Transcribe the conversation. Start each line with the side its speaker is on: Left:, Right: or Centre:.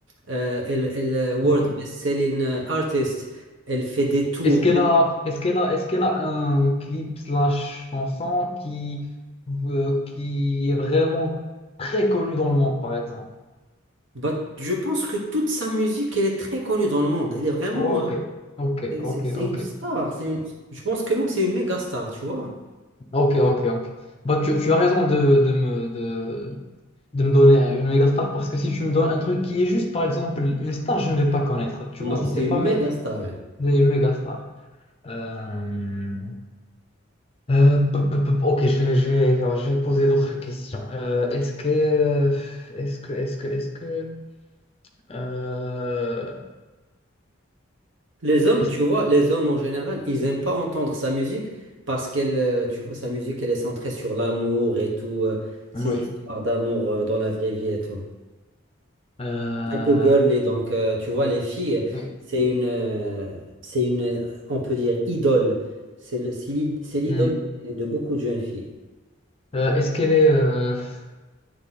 Right: Euh, elle, elle, euh, world
Left: ouais.
Right: best-selling euh, artist. Elle fait des tours.
Left: Est-ce qu'elle
Right: beaucoup.
Left: a, est-ce qu'elle a, est-ce qu'elle a un clip slash chanson qui, euh, qui est vraiment très connu dans le monde, par exemple?
Right: Bah, je pense que toute sa musique, elle est très connue dans le monde. Elle est vraiment.
Left: Ok,
Right: euh,
Left: ok,
Right: c'est
Left: ok,
Right: c'est- c'est
Left: ok,
Right: une star. C'est une- Je pense que même c'est une méga star, tu vois.
Left: ok, ok, ok. Bah, tu, tu as raison de, de me, de, de me donner une méga star parce que si tu me donnes un truc qui est juste, par exemple, une star, je ne vais pas connaître. Tu
Right: Non,
Left: vois, si
Right: c'est
Left: c'est
Right: une
Left: pas mais,
Right: méga star, elle.
Left: une méga star. Euh, Euh, pop, pop, pop. Ok, je vais, je vais, alors, je vais poser d'autres questions. Euh, est-ce que, euh, est-ce que, est-ce que, est-ce que, euh,
Right: Les hommes,
Left: est-ce-
Right: tu vois, les hommes en général, ils n'aiment pas entendre sa musique parce qu'elle, euh, tu vois, sa musique, elle est centrée sur l'amour et tout, euh, ces
Left: oui.
Right: histoires d'amour euh, dans la vraie vie et tout.
Left: Euh,
Right: un peu girly. Donc, euh, tu vois, les filles,
Left: oui.
Right: c'est une, euh, c'est une, euh, on peut dire, idole. C'est le- c'est l'i- c'est l'idole
Left: Hmm.
Right: de beaucoup de jeunes filles.
Left: Euh, est-ce qu'elle est, euh, est-ce